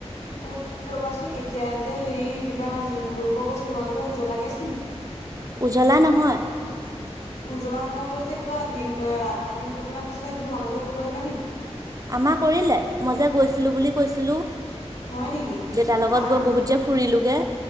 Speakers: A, on the left (about 85°); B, on the right (about 30°).
A: উম, ৰবাচোন এতিয়া যে হেৰি কিবা লিংক কৰিব কৈছে তোমালোকৰ উজ্বলা গেছ নেকি?
B: উজ্বলা নহয়।
A: উজ্বলা নহলেও যে কিবা লিংক আধাৰ লিংক কৰিবলে কৈছিলে সেইটো তোমালোকেও কৰিব লাগে নি?
B: আমাৰ কৰিলে, মই যে গৈছিলো বুলি কৈছিলোঁ।
A: হয় নেকি?
B: দেউতাৰ লগত
A: অ
B: গৈ বহুত যে ফুৰিলোগে